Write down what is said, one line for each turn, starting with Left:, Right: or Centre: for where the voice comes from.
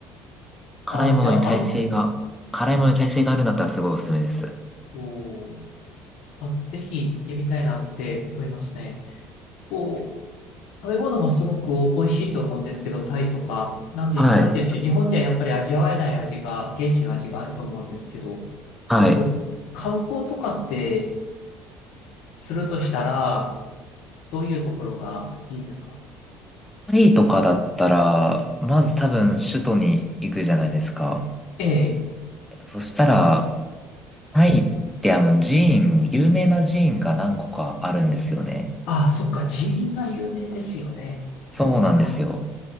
Centre: 辛いものに耐性が、
Left: ああ、じゃあ合うんですね。
Centre: 辛いものに耐性があるんだったらすごいおすすめです。
Left: おーあ、ぜひ行ってみたいなって思いますね。こう、食べ物もすごく美味しいと思うんですけど、タイとか、なんで、
Centre: はい。
Left: なんて言うんでしょう。日本ではやっぱり味わえない味が、現地の味があると思うんですけど、
Centre: はい。
Left: えっと、観光とかってするとしたら、どういうところがいいですか
Centre: パリとかだったら、まず多分首都に行くじゃないですか。
Left: ええ。
Centre: えっと、そしたら、タイってあの寺院、有名な寺院が何個かあるんですよね。
Left: ああ、そっか。寺院が有名ですよね。
Centre: そうなんですよ。
Left: そっか。